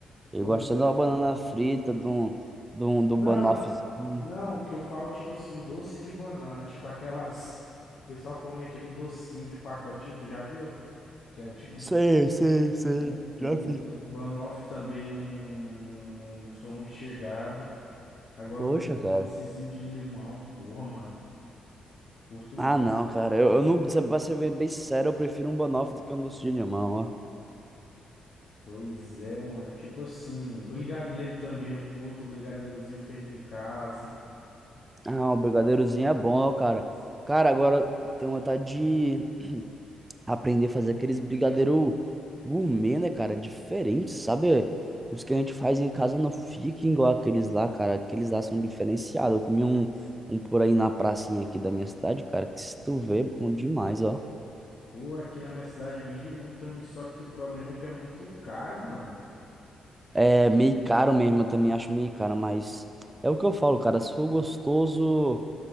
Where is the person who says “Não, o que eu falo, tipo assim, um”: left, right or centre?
Left